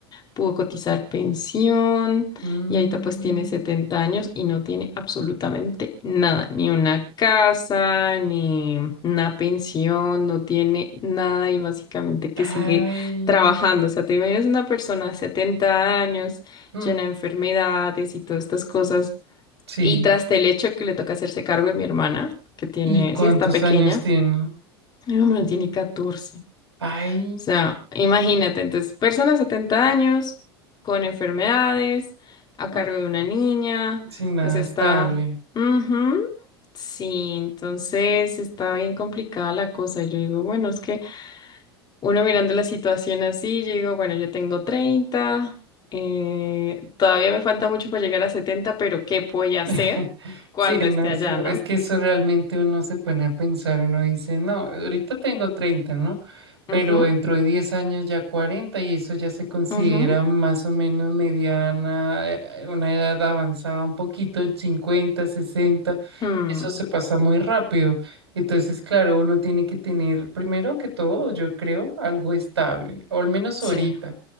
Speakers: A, on the left; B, on the right.
A: pudo cotizar pensión
B: Mm,
A: y ahorita pues tiene 70 años y no tiene absolutamente nada, ni una casa, ni una pensión, no tiene nada y básicamente que
B: ay,
A: sigue trabajando. O sea, te imaginas una persona de 70 años
B: mm,
A: llena de enfermedades y todas estas cosas
B: sí.
A: y tras el hecho que le toca hacerse cargo de mi hermana, que tiene,
B: ¿Y cuántos
A: sí, está pequeña,
B: años tiene?
A: mi hermana tiene catorce O
B: Ay,
A: sea, imagínate, entonces, persona de 70 años, con enfermedades, a
B: mm,
A: cargo de una niña,
B: sin nada
A: o sea,
B: estable.
A: está... ujú, Sí, entonces está bien complicada la cosa. Yo digo, bueno, es que uno mirando la situación así, yo digo, bueno, yo tengo treinta eh, todavía me falta mucho para llegar a setenta pero ¿qué voy a
B: <laughs>
A: hacer cuando
B: Sí, no,
A: esté
B: eso-
A: allá, no?
B: es que eso realmente uno se pone a pensar, uno dice, no, ahorita tengo 30, ¿no? Pero
A: Ujú,
B: dentro de 10 años ya 40 y eso ya se considera
A: ujú,
B: más o menos mediana, eh, una edad avanzada, un poquito, el 50, 60,
A: mm,
B: eso se pasa muy rápido. Entonces, claro, uno tiene que tener, primero que todo, yo creo, algo estable, o al menos
A: Sí,
B: ahorita,